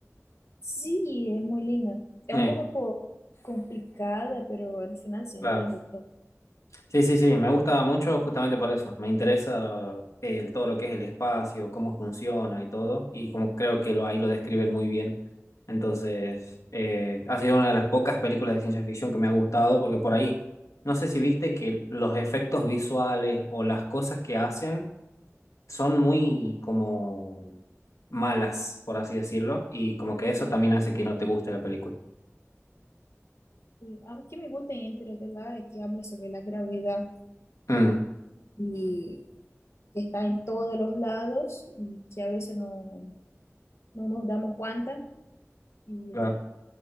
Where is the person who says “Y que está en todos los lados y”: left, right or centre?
Left